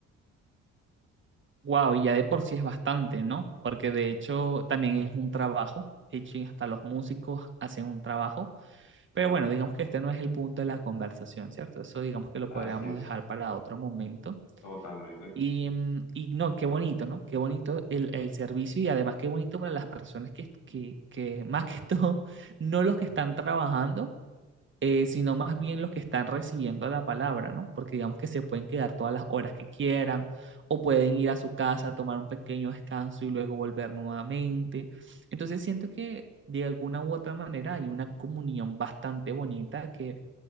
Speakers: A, on the right; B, on the left.
A: Wow, y ya de por sí es bastante, ¿no? Porque de hecho también es un trabajo, de hecho hasta los músicos hacen un trabajo, pero bueno, digamos que este no es el punto de la conversación, ¿cierto? Eso digamos que lo
B: Así
A: podríamos
B: es,
A: dejar para otro momento.
B: totalmente.
A: Y, mm, y no, qué bonito, ¿no? Qué bonito el, el servicio y además qué bonito para las personas que, que, que más que <laughs> todo, no los que están trabajando, eh, sino más bien los que están recibiendo la palabra, ¿no? Porque digamos que se pueden quedar todas las horas que quieran o pueden ir a su casa, tomar un pequeño descanso y luego volver nuevamente. Entonces siento que de alguna u otra manera hay una comunión bastante bonita que